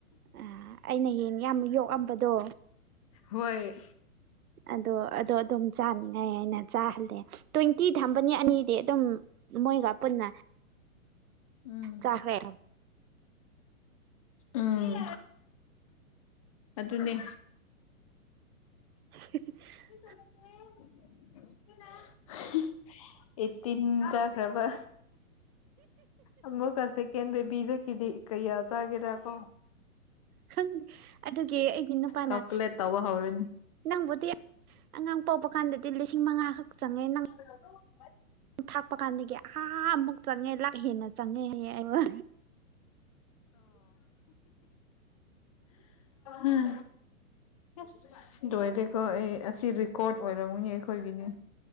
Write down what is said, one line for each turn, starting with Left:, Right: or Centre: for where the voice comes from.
Right: ꯑ ꯑꯩꯅ ꯌꯦꯡ ꯌꯥꯝ ꯌꯣꯛꯑꯝꯕꯗꯣ
Left: ꯍꯣꯏ
Right: ꯑꯗꯣ ꯑꯗꯣ ꯑꯗꯨꯝ ꯆꯥꯅꯤꯡꯉꯥꯏ ꯍꯥꯏꯅ ꯆꯥꯍꯜꯂꯦ ꯇ꯭ꯋꯦꯟꯇꯤ ꯊꯝꯕꯅꯤ ꯑꯅꯤꯗꯤ ꯑꯗꯨꯝ ꯃꯣꯏꯒ ꯄꯨꯟꯅ
Left: ꯎꯝ
Right: ꯆꯥꯈ꯭ꯔꯦ
Left: ꯎꯝ ꯑꯗꯨꯅꯦ
Right: <inaudible>
Left: <unintelligible> ꯑꯦ ꯇꯤꯟ ꯆꯠꯈ꯭ꯔꯕ ꯑꯃꯨꯛꯀ ꯁꯦꯀꯦꯟ ꯕꯦꯕꯤꯗꯒꯤꯗꯤ ꯀꯌꯥ ꯆꯒꯦꯔ ꯍꯝ
Right: ꯈꯪꯗꯦ ꯑꯗꯨꯒꯤ ꯑꯩꯒꯤ ꯅꯨꯄꯥꯅ
Left: ꯀꯥꯜꯀꯨꯂꯦꯠ ꯇꯧꯕ ꯍꯧꯔꯅꯤ
Right: ꯅꯪꯕꯨꯗꯤ ꯑꯉꯥꯡ ꯄꯣꯛꯄ ꯀꯥꯟꯗꯗꯤ ꯂꯤꯁꯤꯡ ꯃꯉꯥ ꯈꯛ ꯆꯪꯉꯦ ꯅꯪ
Left: <unintelligible>
Right: ꯊꯥꯛꯄ ꯀꯥꯟꯗꯒꯤ ꯑꯥ ꯃꯨꯛ ꯆꯪꯉꯦ ꯂꯥꯛ ꯍꯦꯟꯅ ꯆꯪꯉꯦ ꯍꯌꯦꯡ ꯑꯩ ꯋꯥ
Left: ꯎꯝ ꯑꯁ ꯂꯣꯏꯔꯦꯀꯣ ꯑꯩ ꯑꯁꯤ ꯔꯦꯀꯣꯔꯠ ꯑꯣꯏꯔꯝꯅꯤ ꯑꯩꯈꯣꯏꯒꯤꯅꯤ